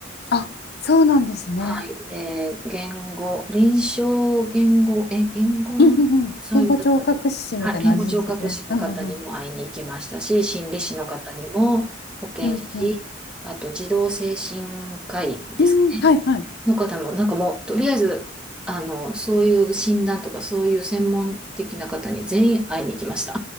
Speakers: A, on the left; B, in the centre.
A: あ、そうなんですね。
B: はい。で、言語、臨床言語、え、言語なんだそういう方
A: うんうんうん。言語聴覚士みたいなあれですよね。
B: はい言語聴覚士の方にも会いに行きましたし、
A: うんうんうん。
B: 心理士の方にも、保健師、
A: うんうん。
B: あと児童精神科医ですかね、
A: うん、はいはい。
B: の方も、なんかもう、とりあえず、あの、そういう診断とか、そういう専門的な方に全員会いに行きました。